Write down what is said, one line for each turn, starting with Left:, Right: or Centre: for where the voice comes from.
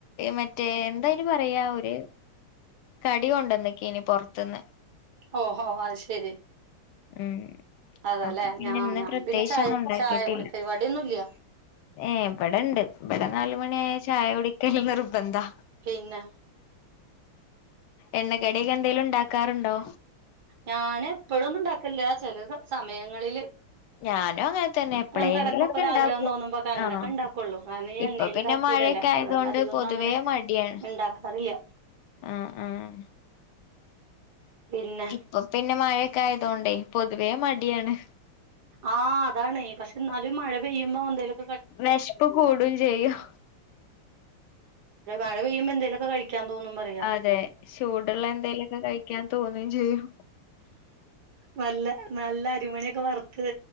Left: മറ്റേ എന്തായന് പറയാ ഒര് കടി കൊണ്ടന്ന്ക്കേയ്ന്ന് പൊർത്തുന്ന്
Right: ഓഹോ അത് ശെരി
Left: ഉം
Right: അതെല്ലെ
Left: അപ്പൊ പിന്നെ
Right: ഞാ
Left: ഇന്ന്
Right: ഞാന്
Left: പ്രത്യേകിച്ചൊന്നും
Right: പിന്നെ ചായ
Left: ഉണ്ടാക്കിട്ടില്ല
Right: ചായ കുടി പരിപാടിയൊന്നുല്ല
Left: ഏഹ് ബടെണ്ട് ഇവിടെ നാല് മണിയായ ചായ കുടിക്കല് നി ർബന്ധാ
Right: പിന്നെ
Left: എണ്ണക്കടി ഒക്കെ എന്തേലും ഉണ്ടാക്കാറുണ്ടോ
Right: ഞാൻ എപ്പോഴൊന്നും ഉണ്ടാക്കൽല്ലാ ചെല സമയങ്ങളില്
Left: ഞാനും അങ്ങനെതന്നെ എപ്പളെങ്കിലോക്കെ
Right: നമുക്ക് ഇടക്കൊക്കെ ഒരു
Left: ഉണ്ടാക്കും
Right: ആഗ്രഹം തോന്നുമ്പോക്കെ അങ്ങനൊക്കെ
Left: ആഹ
Right: ഉണ്ടാക്കുള്ളൂ കാരണം ഈ
Left: ഇപ്പൊ
Right: എണ്ണയിൽ
Left: പിന്നെ
Right: ഇതാക്കിയതല്ലേ
Left: മഴ ക്കേ ആയതുകൊണ്ട്
Right: അതുകൊണ്ട് അധികൊന്നും
Left: പൊതുവേ
Right: അങ്ങനെ
Left: മടിയാണ്
Right: ഉണ്ടാക്കാറില്ല
Left: ആഹ് ആഹ്
Right: പിന്നെ
Left: അപ്പൊ പിന്നെ മഴയൊക്കെ ആയതോണ്ടേ പൊതുവേ മടിയാണ്
Right: ആഹ് അതാണെ പക്ഷെ എന്നാലും മഴ പെയ്യുമ്പോ എന്തേലും
Left: വെശ്പ്പ് കൂടും ചെയ്യും
Right: മഴ പെയുമ്പോ എന്തെലൊക്കെ കഴിക്കാൻ തോന്നും പറയാ
Left: അതെ ചൂടുള്ള എന്തെലൊക്കെ കഴിക്കാൻ തോന്നും ചെയ്യും
Right: നല്ല നല്ല അരിമണിയൊക്കെ വർ ത്ത്